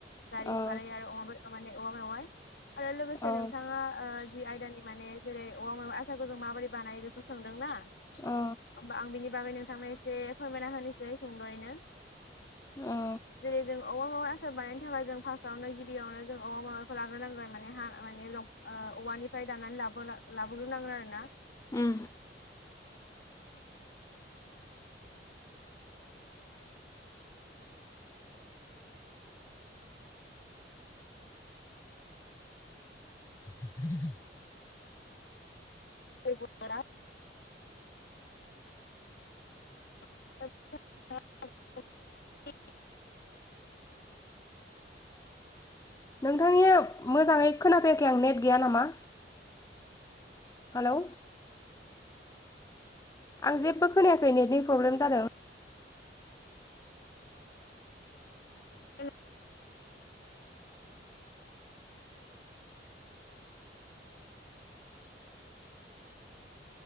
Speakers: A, on the left; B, on the left.
A: जारि
B: ओ
A: खारै आरो अमा माने औवा मेवाय आरो लोगोसे
B: ओ
A: नोंथाङा जि आयदानि माने जेरै औवा मेवाइ आसारखौ जों माबायदि बानाय बेखौ सोंदों ना।
B: ओ
A: होमबा आं बिनि बागै नोंथांनो एसे फोरमायना होनोसै सुंद'यैनो।
B: अ
A: जेरै जों औवा मेवाइ आसार बानायनो थाखाय जों फार्स्टआवनो गिबियावनो जों औवा माबाखौ लाग्रोनांगोन माने हा माने औवानि मफ्राय दानानै ला लाबोग्र नांगोन आरोना।
B: उम <inaudible>
A: गोरा <inaudible>
B: नोंथांनिया मोजाङै खोनाफैाखै आं नेट गैया नामा? हेलौ आं जेबबो खोनायाखै नेटनि प्रब्लेम जादों।
A: ऐ